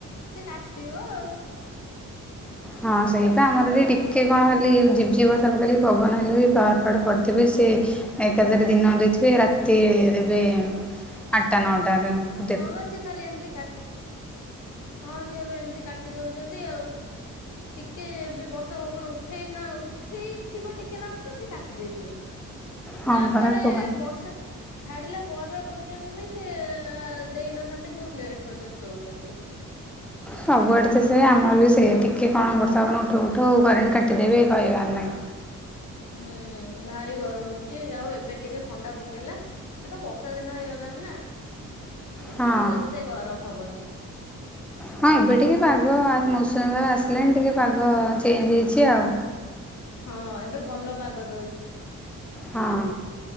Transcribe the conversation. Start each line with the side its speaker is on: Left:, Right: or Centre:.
Left: ସେ କାଟିବ ଆଉ।
Centre: ହଁ ସେଇବା ଆମର ଏଠି ଟିକେ କଣ ହେଲି ଝିପ୍ ଝିପ୍ ବର୍ଷା ପକେଇଲେ ପବନ ହେଲେ ବି ପାୱାର୍ କଟ୍ କରିଥିବେ ସେ ଏକାଥରେ ଦିନରେ ଦେଇଥିବେ ରାତିରେ ଦେବେ ଆଟା ନଅଟାରେ ଯଉ
Left: ହଁ ବା ସେ ଖାଲି ଏମତି କାଟେ। ହଁ ସେ ଏବେ ଏମିତି କାଟି ଦଉଚନ୍ତି ଆଉ। ଟିକେ ବି ବର୍ଷା ପବନ ଉଠେଇ ନ ଉଠେଇଥିବ ଟିକେ ନାଗୁରୁ ତ ସେ କାଟି ଦେଇଥିବେ। <unintelligible>
Centre: ହଁ
Left: ତା
Centre: ପରା
Left: ପେରେ
Centre: କୁହନି
Left: ବର୍ଷା ଛାଡିଲା ପରେ ପର୍ଯ୍ୟନ୍ତ ବି ସେ ଦେଇନଥାନ୍ତି ବହୁତ ଲେଟ୍ ପର୍ଯ୍ୟନ୍ତ ଦଉଚନ୍ତି।
Centre: ସବୁଆଡେ ତ ସେଇଆ ଆମର ବି ସେଇଆ ଟିକେ କଣ ବର୍ଷା ପବନ ଉଠଉ ଉଠଉ କରେଣ୍ଟ କାଟିଦେବେ କହିବାର ନାହିଁ।
Left: ହୁଁ ଭାରି ଗରମ ହଉଚି ଆଉ ଏବେ ଟିକେ ଥଣ୍ଡା ପକେଇଲା। ଏବେ ତ ବର୍ଷା ଦିନ ହେଇଗଲାଣି ନା ଏଇନା
Centre: ହଁ
Left: ଆଉ ଏତେ ଗରମ ହବନି।
Centre: ହଁ ଏବେ ଟିକେ ପାଗ ଆ ମୌସୁମୀ ପାଗ ଆସିଲାଣି ଟିକେ ପାଗ ଚେଞ୍ଜ ହେଇଛି ଆଉ।
Left: ହଁ ଏବେ ଭଲ ପାଗ ଦଉଚି।
Centre: ହଁ।